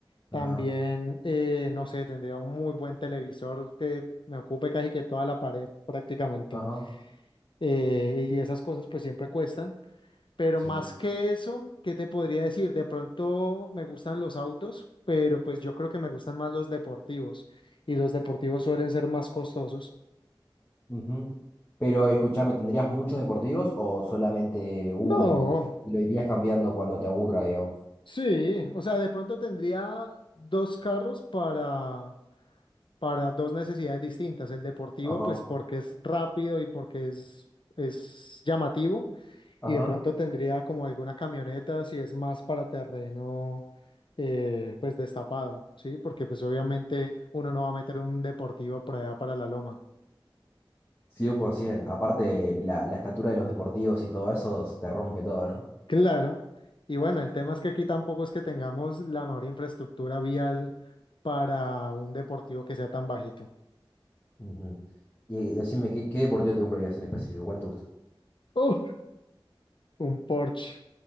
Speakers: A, on the left; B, on the left.
A: También,
B: Ajá.
A: eh, no sé, tendría un muy buen televisor que me ocupe casi que toda la pared prácticamente.
B: Ajá,
A: Eh, y esas cosas pues siempre cuestan. Pero
B: sí.
A: más que eso, ¿qué te podría decir? De pronto me gustan los autos, pero pues yo creo que me gustan más los deportivos y los deportivos suelen ser más costosos.
B: Ujú. Pero escúchame, ¿tendrías muchos deportivos o solamente uno
A: No,
B: y lo irías cambiando cuando te aburra, digamos?
A: sí, o sea, de pronto tendría dos carros para... para dos necesidades distintas. El deportivo,
B: Ajá,
A: pues porque es rápido y porque es, es llamativo,
B: ajá.
A: y de pronto tendría como alguna camioneta si es más para terreno, eh, pues destapado, ¿sí? Porque pues obviamente uno no va a meter un deportivo por allá para la loma.
B: 100%. Aparte, la, la estatura de los deportivos y todo eso se te rompe todo, ¿no?
A: Claro. Y bueno, el tema es que aquí tampoco es que tengamos la mejor infraestructura vial para un deportivo que sea tan bajito.
B: Ujú. Y decime, ¿qué, qué deportivo te comprarías en específico? ¿Cuál te gusta?
A: Uf, un Porsche.